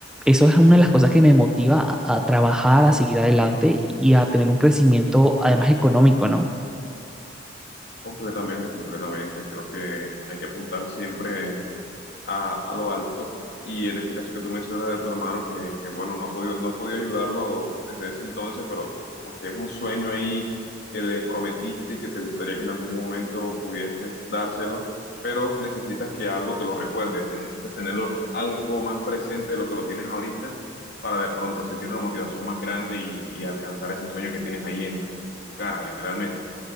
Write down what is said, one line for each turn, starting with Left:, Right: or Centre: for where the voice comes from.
Centre: eso es una de las cosas que me motiva a, a trabajar, a seguir adelante y a tener un crecimiento además económico, ¿no?
Left: Completamente, completamente. Creo que hay que apuntar siempre a, a lo alto. Y en este caso que tú mencionas de tu hermano, que, que, bueno, no ha podido, no has podido ayudarlo desde ese entonces, pero porque es un sueño ahí que le prometiste y que te gustaría que en algún momento pudieses dárselo, pero necesitas que algo te lo recuerde, te necesitas tenerlo algo más presente de lo que lo tienes ahorita para de pronto sentir una motivación más grande y, y alcanzar ese sueño que tienes ahí en tu cara, literalmente.